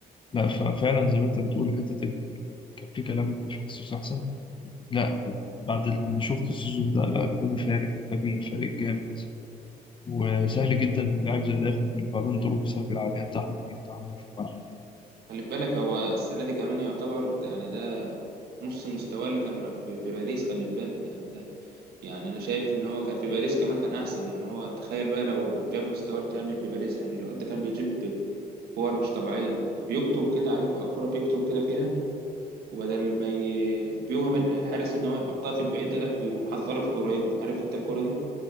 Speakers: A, on the left; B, on the right.
A: لا ففعلا زي ما انت بتقول حته إن كان في كلام ان فينيسيوس احسن لا بعد اللي شفت السيزون ده لا مبابي فارق مبابي فارق جامد وسهل جدا إن لاعب زي ده ياخد البالون دور بسبب العقلية بتاعته دي وتعامله في الملعب
B: خلي بالك هو السنة دي كمان يعتبر يعني ده نص مستواه اللي كان م- في في باريس خلي بالك يعني ده يعني أنا شايف إن هو كان في باريس كمان كان أحسن يعني هو تخيل بقى لو جاب مستواه الكامل في باريس يعني الواد ده كان بيجيب كور مش طبيعية بيكتم كده عليك الكرة بيكتم كده فيها وبدل ما ي... بيوهم الح- الحارس إن هو يحطها في البعيدة لا بيقوم حاططها له في القريبة عارف أنت الكرة دي؟